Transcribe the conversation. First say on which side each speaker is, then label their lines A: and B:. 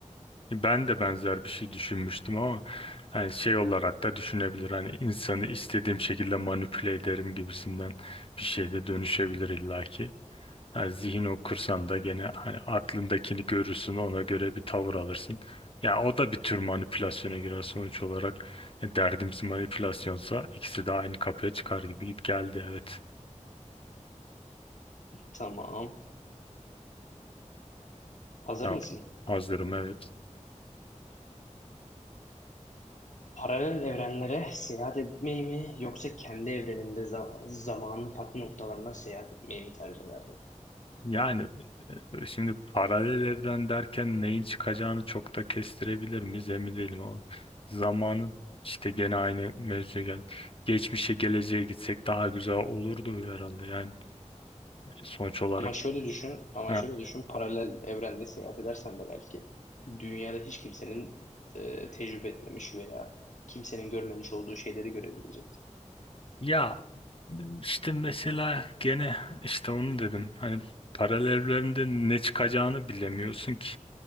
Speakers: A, on the left; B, on the left.
A: ben de benzer bir şey düşünmüştüm ama hani şey olarak da düşünebilir hani insanı istediğim şekilde manipüle ederim gibisinden bir şey de dönüşebilir illaki. Yani zihin okursan da gene hani aklındakini görürsün ona göre bir tavır alırsın. Ya o da bir tür manipülasyona girer sonuç olarak. E, derdimiz manipülasyonsa ikisi de aynı kapıya çıkar gibi geldi evet.
B: Tamam. Hazır
A: Ya,
B: mısın?
A: hazırım evet.
B: Paralel evrenlere seyahat etmeyi mi yoksa kendi evreninde za- zamanın farklı noktalarına seyahat etmeyi mi tercih ederdin?
A: Yani e, şimdi paralel evren derken neyin çıkacağını çok da kestirebilir miyiz emin değilim ama zamanın işte gene aynı mevzuya gel. Geçmişe geleceğe gitsek daha güzel olurdu herhalde yani sonuç olarak.
B: Ama şöyle düşün, ama
A: Ha.
B: şöyle düşün, paralel evrende seyahat edersen de belki dünyada hiç kimsenin e, tecrübe etmemiş veya kimsenin görmemiş olduğu şeyleri görebilecek.
A: Ya işte mesela gene işte onu dedim hani paralel evrende ne çıkacağını bilemiyorsun ki.